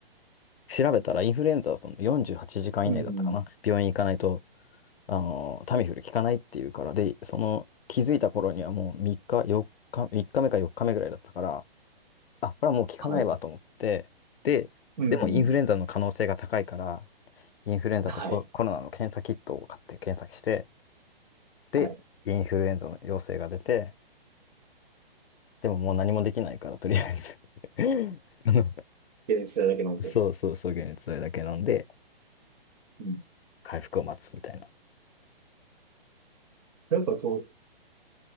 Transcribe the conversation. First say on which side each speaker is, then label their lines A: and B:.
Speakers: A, on the left; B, on the right.
A: 調べたらインフルエンザはその48時間以内だったかな。
B: うん。
A: 病院行かないと、あの、タミフル効かないっていうから、で、その、気づいた頃にはもう3日、4日、3日目か4日目ぐらいだったから、あ、これはもう効かないわと思って、
B: はい。
A: で、
B: うん。
A: でもインフルエンザの可能性が高いから、インフルエンザとコ、
B: はい。
A: コロナの検査キットを買って検索して、で、
B: はい。
A: インフルエンザの陽性が出て、でももう何もできないから、とりあえず <laughs> あの、
B: で、それだけ飲んでるから。
A: そうそうそう、解熱剤だけ飲んで、
B: うん。
A: 回復を待つみたいな。
B: やっぱこ